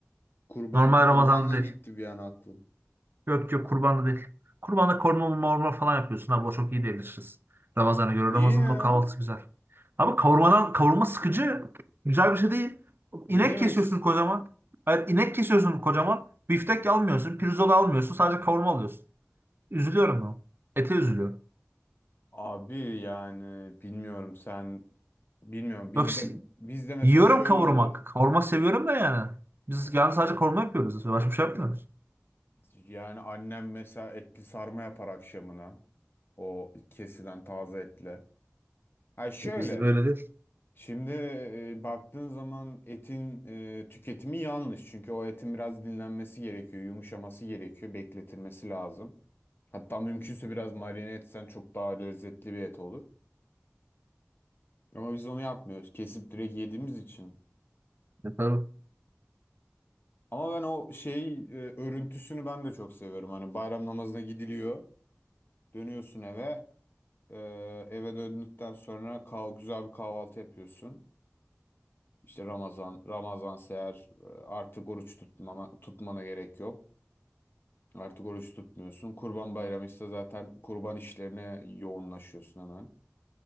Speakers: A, on the left; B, on the right.
A: Kurban
B: Normal
A: kurbana
B: Ramazan'da değil.
A: gitti bir an aklım.
B: Yok yok kurbanda değil. Kurbanda korma morma falan yapıyorsun. Abi o çok iyi değiliz. Ramazan'a göre.
A: Niye
B: Ramazan'ın
A: ya?
B: o kahvaltısı güzel. Abi kavurmadan kavurma sıkıcı. Güzel bir şey değil. İnek
A: Ne demek?
B: kesiyorsun
A: s-
B: kocaman. Hayır, inek kesiyorsun kocaman. Biftek almıyorsun. Pirzola almıyorsun. Sadece kavurma alıyorsun. Üzülüyorum ben. Ete üzülüyorum.
A: Abi yani bilmiyorum sen bilmiyorum bizde
B: Yok si-
A: bizde mesela
B: Yiyorum
A: şöyle
B: kavurma.
A: olur.
B: Kavurma seviyorum da yani. Biz yani sadece kavurma yapıyoruz. Başka bir şey yapmıyoruz.
A: Yani annem mesela etli sarma yapar akşamına. O kesilen taze etle. Ha şöyle
B: E, Bizde böyle değil.
A: şimdi e, baktığın zaman etin e, tüketimi yanlış. Çünkü o etin biraz dinlenmesi gerekiyor, yumuşaması gerekiyor, bekletilmesi lazım. Hatta mümkünse biraz marine etsen çok daha lezzetli bir et olur. Ama biz onu yapmıyoruz. Kesip direkt yediğimiz için.
B: E, Tabii.
A: Ama ben o şey e, örüntüsünü ben de çok seviyorum. Hani bayram namazına gidiliyor. Dönüyorsun eve. E, eve döndükten sonra kah güzel bir kahvaltı yapıyorsun. İşte Ramazan, Ramazan eğer e, artık oruç tutmama, tutmana gerek yok. Artık oruç tutmuyorsun. Kurban Bayramı ise zaten kurban işlerine yoğunlaşıyorsun hemen.